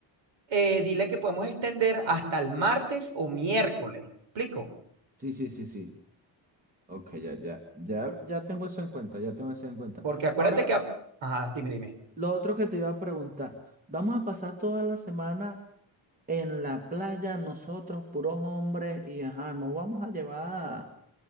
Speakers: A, on the right; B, on the right.
A: eh, dile que podemos extender hasta el martes o miércoles. ¿Explico?
B: Sí, sí, sí, sí. Ok, ya, ya, ya, ya tengo eso en cuenta, ya tengo eso en cuenta.
A: Porque acuérdate
B: Ahora,
A: que, a- ajá, dime, dime.
B: lo otro que te iba a preguntar, vamos a pasar toda la semana en la playa nosotros, puros hombres, y ajá, no vamos a llevar a,